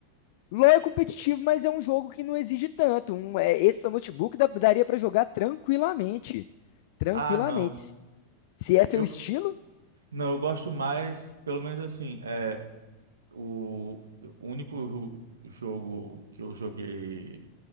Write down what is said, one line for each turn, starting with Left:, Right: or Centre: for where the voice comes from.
Left: LoL é competitivo, mas é um jogo que não exige tanto. Um, é, esse seu notebook dá- daria pra jogar tranquilamente. Tranquilamente.
Right: Ah, não.
Left: Se se é seu
Right: Eu
Left: estilo,
Right: não, eu gosto mais, pelo menos assim, é o o único jo- jogo que eu joguei